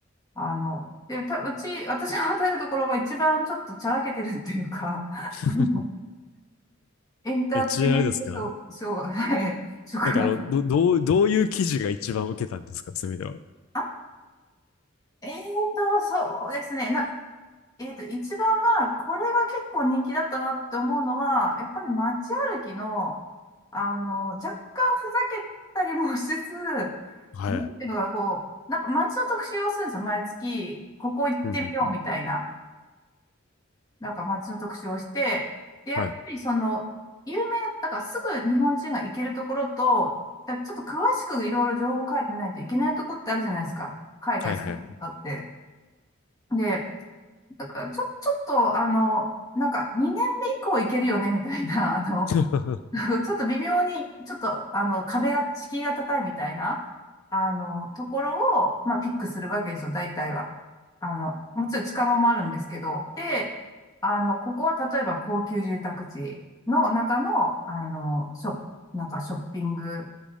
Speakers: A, on the left (about 20°); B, on the left (about 85°).
A: あの、で、た、うち、私が与えるところが一番ちょっとちゃらけてるっていうか、<laughs>
B: <laughs>
A: あのエンターテインメントショー、
B: え、ちなみにあれですか
A: <laughs> ショーが、はい、職が、
B: なんかあの、ど、どう、どういう記事が一番受けたんですかそういう意味では。
A: あ、えーと、そうですね。な、えーと、一番まあ、これが結構人気だったなって思うのは、やっぱり街歩きの、あの、若干ふざけたりもしつつ、なん
B: はい。
A: ていうのかな、こう、なんか街の特集をするんですよ。毎月、ここ行ってみようみたいな。
B: うんうんうん。
A: なんか街の特集をして、で、やっぱりその、
B: はい。
A: 有名な、だからすぐ日本人が行けるところと、だちょっと詳しくいろいろ情報を書いてないといけないところってあるじゃないですか。海外好きだって。
B: はいはい。
A: で、だからちょ、ちょっと、あの、なんか2年目以降行けるよね、みたいな、あの、
B: <laughs> う
A: <laughs> ちょっと微妙に、ちょっと、あの、壁が、敷居が高いみたいな、あの、ところを、まあ、ピックするわけですよ、大体は。あの、もちろん近場もあるんですけど、で、あの、ここは例えば高級住宅地の中の、あの、ショップ、なんかショッピング